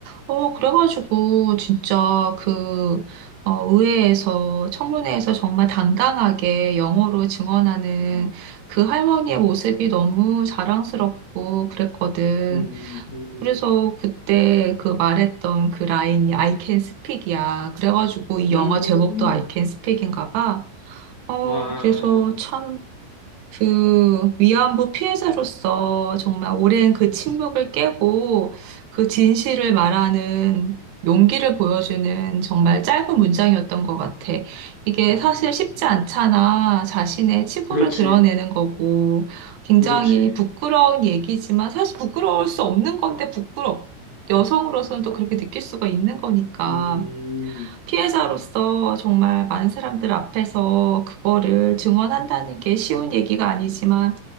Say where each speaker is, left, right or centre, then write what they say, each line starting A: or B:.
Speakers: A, on the right; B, on the left.
A: 어, 그래가지고, 진짜 그, 어, 의회에서, 청문회에서 정말 당당하게 영어로 증언하는 그 할머니의 모습이 너무 자랑스럽고 그랬거든.
B: 음, 음,
A: 그래서 그때 그 말했던 그 라인이 I can speak이야. 그래가지고 이 영화
B: 음.
A: 제목도 I can speak인가 봐. 어,
B: 와,
A: 그래서 참 그 위안부 피해자로서 정말 오랜 그 침묵을 깨고 그 진실을 말하는 용기를 보여주는 정말 짧은 문장이었던 것 같아. 이게
B: 음,
A: 사실 쉽지 않잖아. 자신의 치부를
B: 그렇지,
A: 드러내는 거고 굉장히
B: 그렇지.
A: 부끄러운 얘기지만 사실 부끄러울 수 없는 건데 부끄럽. 여성으로서는 또 그렇게 느낄 수가 있는 거니까.
B: 음,
A: 피해자로서 정말 많은 사람들 앞에서 그거를 증언한다는 게 쉬운 얘기가 아니지만,